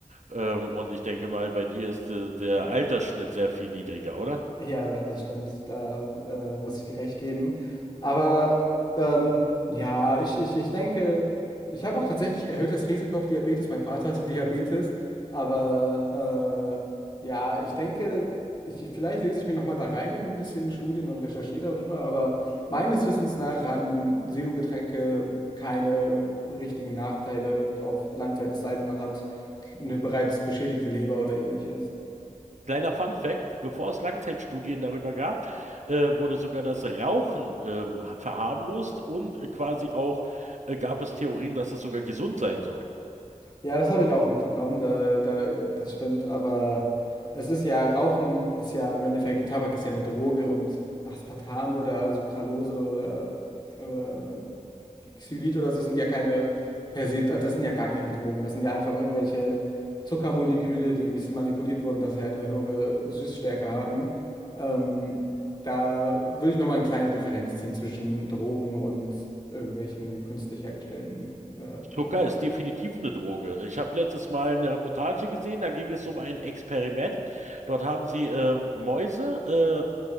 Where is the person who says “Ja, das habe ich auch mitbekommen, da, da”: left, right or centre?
Left